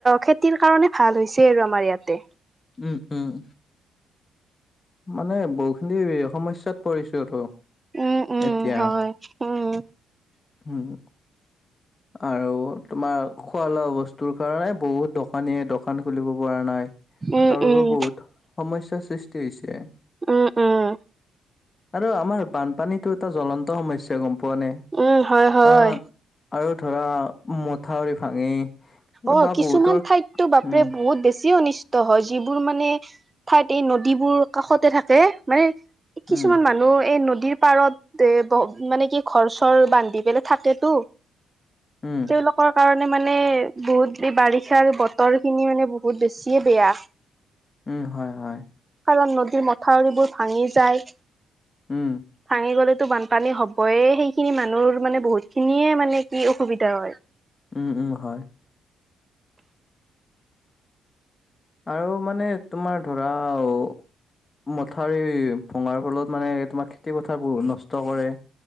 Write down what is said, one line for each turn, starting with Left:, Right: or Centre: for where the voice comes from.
Right: খেতিৰ কাৰণে ভাল হৈছে আৰু আমাৰ ইয়াতে।
Left: উম উম। মানে বহুখিনি সমস্যাত পৰিছোতো
Right: উম উম
Left: এতিয়া।
Right: হয় উম।
Left: উম আৰু তোমাৰ খোৱা লোৱা বস্তুৰ কাৰণে বহুত দ। কানীয়ে দোকান খুলিব পৰা নাই তাৰ
Right: উম
Left: বাবে
Right: উম
Left: বহুত সমস্যাৰ সৃষ্টি হৈছে।
Right: উম উম
Left: আৰু আমাৰ বানপানীটো এটা জ্বলন্ত সমস্যা গম পোৱা নে।
Right: উম হয়। হয়
Left: অ আৰু ধৰা মথাউৰি ভাঙি।
Right: অ'
Left: বা
Right: কিছুমান
Left: বহুতৰ
Right: ঠাইততো বাপৰে
Left: উম
Right: বহুত বেছিও অনিচ। ট হয়, যিবোৰ মানে ঠাইত এই নদীবোৰ কাষতে থাকে মানে। কিছুমান
Left: উম
Right: মানুহ এই নদীৰ পাৰত। তে বহ মানে কি ঘৰ- চৰ বান্ধি পেলাই থাকেতো।
Left: উম।
Right: তেওঁলোকৰ কাৰণে মানে বহুত এই বাৰিষাৰ বতৰ খিনি মানে বহুত বেছিয়ে বেয়া।
Left: উম হয় হয়।
Right: কাৰণ নদীৰ মথাউৰিবোৰ ভাঙি যায়।
Left: উম।
Right: ভাঙি গ'লেতো বানপানী হবয়ে সেইখিনি মানুহৰ মানে বহুত খিনিয়ে মানে কি অসুবিধা হয়।
Left: উম উম হয়। আৰু মানে তোমাৰ ধৰা আৰু মথাউৰি ভঙাৰ ফলত মানে তোমাৰ খেতি পথাৰ বোৰো নষ্ট কৰে।